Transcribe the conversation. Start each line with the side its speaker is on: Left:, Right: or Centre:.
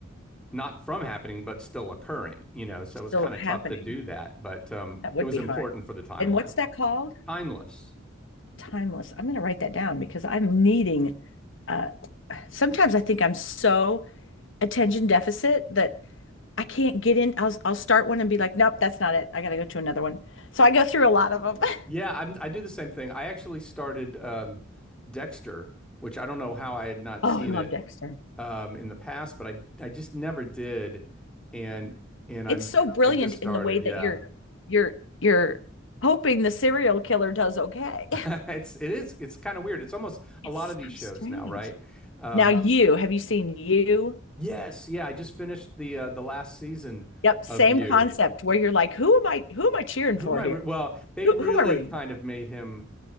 Centre: not from happening, but still occurring, you know. So
Left: still
Centre: it was kind
Left: happening,
Centre: of tough to do that, but um,
Left: that would
Centre: it was
Left: be
Centre: important
Left: hard.
Centre: for the timeline.
Left: And what's that called?
Centre: Timeless.
Left: timeless. I'm going to write that down because I'm needing uh sometimes I think I'm so attention deficit that I can't get in. I'll I'll start one and be like, "Nope, that's not it. I got to go to another one." So I go through a lot of them. <laughs>
Centre: Yeah, I'm, I do the same thing. I actually started um, Dexter, which I don't know how I had not
Left: Oh,
Centre: seen
Left: I love
Centre: it
Left: Dexter.
Centre: um, in the past, but I I just never did, and and I'm
Left: It's so brilliant
Centre: I just started.
Left: in the way that
Centre: Yeah,
Left: you're you're you're hoping the serial killer does okay.
Centre: <laughs> it's it is it's kind of weird. It's almost a
Left: It's
Centre: lot of these
Left: so
Centre: shows
Left: strange.
Centre: now, right? Um,
Left: Now um, you, have you seen you?
Centre: yes, yeah. I just finished the uh, the last season
Left: Yep, same
Centre: of You,
Left: concept where you're like, "Who am I who am I cheering
Centre: Who
Left: for
Centre: am I?
Left: here?
Centre: Re well, they
Left: Who
Centre: really
Left: who am I rooting
Centre: kind
Left: for?"
Centre: of made him,